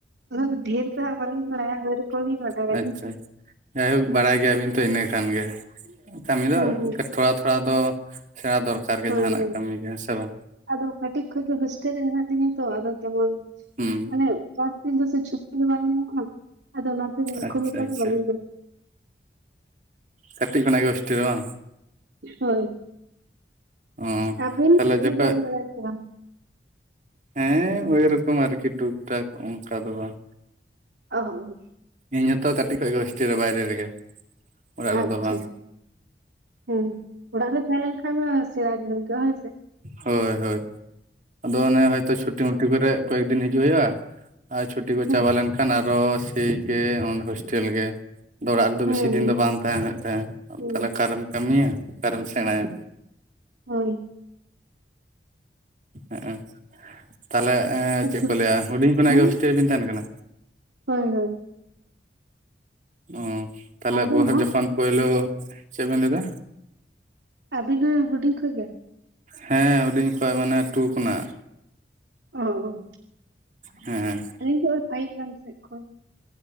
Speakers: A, on the right; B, on the right.
A: ᱩᱱᱟᱹᱜᱼᱼ ᱰᱷᱮᱨ ᱫᱚᱦᱟᱜ ᱵᱟᱞᱤᱧ ᱵᱟᱲᱟᱭ ᱳᱭ ᱨᱚᱠᱚᱢ ᱞᱤᱧ ᱵᱟᱲᱟᱭ-ᱟ
B: ᱟᱪᱪᱷᱟ
A: ᱞᱤᱧ᱾
B: ᱡᱟᱭᱦᱳᱠ ᱵᱟᱲᱟᱭ ᱜᱮᱭᱟᱵᱤᱱ ᱛᱚ ᱤᱱᱟᱹ ᱠᱷᱟᱱ ᱜᱮ ᱠᱟᱹᱢᱤ ᱫᱚ
A: ᱦᱩᱸ ᱦᱩᱸ
B: ᱛᱷᱚᱲᱟ ᱛᱷᱚᱲᱟ ᱫᱚ᱾ ᱥᱮᱬᱟ ᱫᱚᱨᱠᱟᱨ ᱜᱮ
A: ᱦᱳᱭ
B: ᱡᱟᱦᱟᱱᱟᱜ
A: ᱦᱳᱭ
B: ᱠᱟᱹᱢᱤ ᱜᱮ ᱦᱮᱸ ᱥᱮ ᱵᱟᱝ᱾
A: ᱟᱫᱚ ᱠᱟᱹᱴᱤᱡ ᱠᱷᱚᱡ ᱫᱚ ᱦᱳᱥᱴᱮᱞ ᱨᱮ ᱦᱮᱱᱟᱜ ᱞᱤᱧᱟ ᱛᱚ ᱟᱫᱚ ᱛᱮᱢᱚᱱ
B: ᱦᱩᱸ
A: ᱢᱟᱱᱮ ᱪᱟᱥ ᱫᱤᱱ ᱫᱚ, ᱵᱟᱝ ᱧᱟᱢᱚᱜ-ᱟ ᱟᱫᱚ ᱚᱱᱟᱛᱮ
B: ᱟᱪᱪᱷᱟ
A: ᱠᱷᱩᱵ ᱮᱠᱴᱟ
B: ᱟᱪᱪᱷᱟ
A: ᱫᱚ ᱵᱚᱞᱮᱼᱼ
B: ᱠᱟᱹᱴᱤᱡ ᱠᱷᱚᱱᱟᱜ ᱜᱮ ᱦᱳᱥᱴᱤ ᱨᱮ ᱵᱟᱝ?
A: ᱦᱳᱭ
B: ᱚ
A: ᱟᱵᱤᱱ
B: ᱛᱟᱦᱚᱞᱮ
A: ᱥᱤᱭᱩᱜ
B: ᱡᱚᱠᱷᱚᱡ
A: ᱠᱩᱵᱤᱱ ᱵᱟᱲᱟᱭᱟ ᱥᱮ ᱵᱟᱝ?
B: ᱦᱮᱸ ᱳᱭᱨᱚᱠᱚᱢ ᱟᱨᱠᱤ, ᱴᱩᱠ ᱴᱟᱠ ᱚᱱᱠᱟ ᱫᱚ ᱵᱟᱝ᱾
A: ᱚᱦᱚᱻ
B: ᱤᱧ ᱦᱚᱛᱚ ᱠᱟᱹᱴᱤᱡ ᱠᱷᱚᱡ ᱜᱮ ᱦᱳᱥᱴᱮ ᱨᱮ ᱵᱟᱭᱨᱮ ᱨᱮᱜᱮ᱾ ᱚᱲᱟᱜ ᱨᱮᱫᱚ
A: ᱟᱪᱪᱷᱟ
B: ᱵᱟᱝ
A: ᱦᱮᱸ ᱚᱲᱟᱜ ᱨᱮ ᱛᱟᱦᱮᱸ ᱞᱮᱱᱠᱷᱟᱱ ᱫᱚ ᱥᱮᱲᱟ ᱜᱮ ᱦᱳᱭ ᱠᱚᱜ-ᱟ ᱦᱮᱸ ᱥᱮ᱾
B: ᱦᱳᱭ ᱦᱳᱭ ᱟᱫᱚ ᱚᱱᱮ ᱦᱚᱭᱛᱚ ᱪᱷᱩᱴᱤᱢᱩᱴᱤ ᱠᱚᱨᱮᱜ ᱠᱚᱭᱮᱠ ᱫᱤᱱ ᱦᱤᱡᱩᱜ ᱦᱳᱭᱳᱜᱼᱟ᱾ ᱟᱨ ᱪᱷᱩᱴᱤ ᱠᱚ
A: ᱦᱮᱸ
B: ᱪᱟᱵᱟ ᱞᱮᱱᱠᱷᱟᱱ ᱟᱨᱦᱚ ᱥᱮᱭ ᱜᱮ ᱚᱸᱰᱮ ᱦᱳᱥᱴᱮᱞ ᱜᱮ᱾ ᱟᱫᱚ ᱚᱲᱟᱜ ᱨᱮᱫᱚ
A: ᱦᱮᱸ
B: ᱵᱮᱥᱤ ᱫᱤᱱ ᱫᱚ ᱵᱟᱝ ᱛᱟᱦᱮ ᱦᱳᱭᱳᱜ ᱛᱟᱦᱮᱸᱜ
A: ᱦᱮᱸ
B: ᱛᱟᱦᱞᱮ ᱚᱠᱟᱨᱮᱢ ᱠᱟᱹᱢᱤᱭᱟ ᱚᱠᱟᱨᱮᱢ ᱥᱮᱬᱟᱭᱟ᱾
A: ᱦᱳᱭ᱾
B: ᱦᱮᱸᱜ-ᱮ ᱛᱟᱞᱦᱮ
A: ᱟᱪᱪᱷᱟ
B: ᱪᱮᱫ ᱠᱚ ᱞᱟᱹᱭᱟ ᱦᱩᱰᱤᱧ ᱠᱷᱚᱱᱟᱜ
A: ᱦᱮᱸ
B: ᱜᱮ ᱦᱳᱥᱴᱮᱞ ᱨᱤᱵᱤᱱ ᱛᱟᱦᱮᱱ ᱠᱟᱱᱟ᱾
A: ᱦᱳᱭ ᱦᱳᱭ᱾
B: ᱚ ᱛᱟᱦᱞᱮ
A: ᱟᱹᱵᱤᱱ
B: ᱵᱚᱦᱟ
A: ᱦᱚᱸ?
B: ᱡᱚᱠᱷᱚᱱ ᱯᱟᱹᱭᱞᱟᱹ ᱪᱮᱫ ᱵᱮᱱ ᱞᱟᱹᱭᱫᱟ?
A: ᱟᱵᱤᱱ ᱦᱚᱸ ᱦᱩᱰᱤ ᱠᱷᱚᱡ ᱜᱮ?
B: ᱦᱮᱸ ᱦᱩᱸᱰᱤᱧ ᱠᱷᱚᱡ ᱢᱟᱱᱮ ᱴᱩ ᱠᱷᱚᱱᱟᱜ᱾
A: ᱚᱻ
B: ᱦᱮᱸᱻ
A: ᱟᱞᱤᱧ ᱫᱚ ᱯᱷᱟᱭᱤᱵᱽ ᱜᱟᱱ ᱥᱮᱜ ᱠᱷᱚᱱ᱾